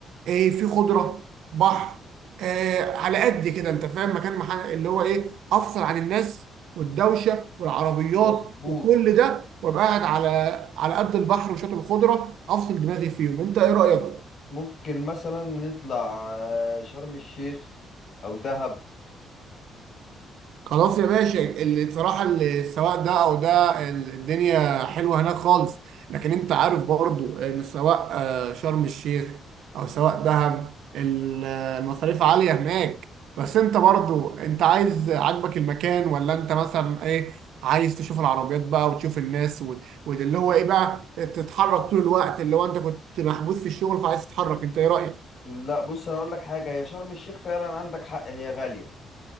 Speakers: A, on the right; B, on the left.
A: ايه في خضره بحر آه على قد كده انت فاهم مكان مح- اللي هو ايه افصل عن الناس والدوشه والعربيات
B: مظبوط
A: وكل ده وابقى قاعد على على قد البحر وشاطئ الخضره افصل دماغي فيهم انت ايه رايك
B: ممكن مثلا نطلع آه، شرم الشيخ او دهب
A: خلاص يا باشا اللي صراحة اللي السواق ده او ده ال- الدنيا حلوة هناك خالص لكن انت عارف برضو ان سواء آه، شرم الشيخ او سواء دهب ال- آه، المصاريف عالية هناك بس انت برضو انت عايز عاجبك المكان ولا انت مثلا ايه عايز تشوف العربيات بقى وتشوف الناس و- وده اللي هو ايه بقى تتحرك طول الوقت اللي هو انت كنت محبوس في الشغل فعايز تتحرك انت ايه رأيك؟
B: لا بص انا اقول لك حاجه هي شرم الشيخ فعلا عندك حق هي غاليه